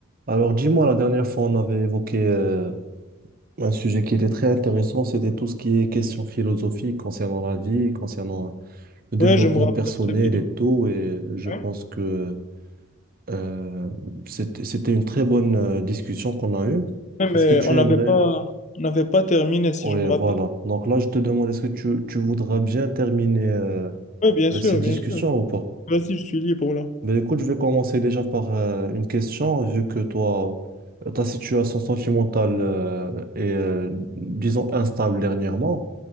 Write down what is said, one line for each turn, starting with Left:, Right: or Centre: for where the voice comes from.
Right: Alors dis-moi, la dernière fois, on avait évoqué euh, un sujet qui était très intéressant, c'était tout ce qui est question philosophique concernant la vie, concernant le développement
Left: Ouais, je me rappelle
Right: personnel
Left: très bien.
Right: et tout, et je
Left: Ouais.
Right: pense que euh, c'était c'était une très bonne euh, discussion qu'on a eue.
Left: Ouais, Mais
Right: Est-ce que tu
Left: on n'avait
Right: aimerais?
Left: pas, on n'avait pas terminé, si
Right: Oui,
Left: je me
Right: voilà.
Left: rappelle.
Right: Donc là, je te demande, est-ce que tu, tu voudras bien terminer euh,
Left: Oui, bien sûr,
Right: euh, cette discussion
Left: bien sûr.
Right: ou pas?
Left: Vas-y, je suis libre là.
Right: Ben écoute, je vais commencer déjà par euh, une question, vu que toi, euh, ta situation sentimentale euh, est, euh, disons, instable dernièrement.